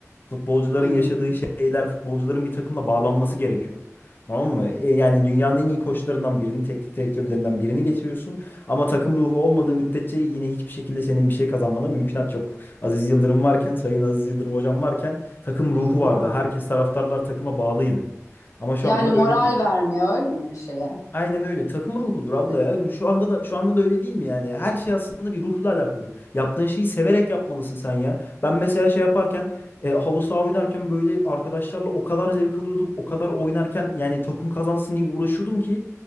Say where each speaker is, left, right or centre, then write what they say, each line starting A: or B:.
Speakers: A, on the left; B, on the left.
A: Futbolcuların
B: Hmm.
A: yaşadığı şeyler, futbolcuların bir takımla bağlanması gerekiyor. Tamam mı? E, yani dünyanın en iyi koçlarından birini, teknik direktörlerinden birini getiriyorsun. Ama takım ruhu olmadığı müddetçe yine hiçbir şekilde senin bir şey kazanmana mümkünat yok. Aziz Yıldırım varken, Sayın Aziz Yıldırım hocam varken takım ruhu
B: Vay.
A: vardı. Herkes taraftarlar takıma bağlıydı. Ama şu
B: Yani
A: anda
B: moral
A: böyle değil.
B: vermiyor öyle mi şeye?
A: Aynen öyle. Takım ruhudur abla
B: Şeye
A: ya.
B: mi?
A: Şu anda da şu anda da öyle değil mi yani? Her şey aslında bir ruhla alakalı. Yaptığın şeyi severek yapmalısın sen ya. Ben mesela şey yaparken e, halı saha oynarken böyle arkadaşlarla o kadar zevk alıyordum. O kadar oynarken yani takım kazansın diye uğraşıyordum ki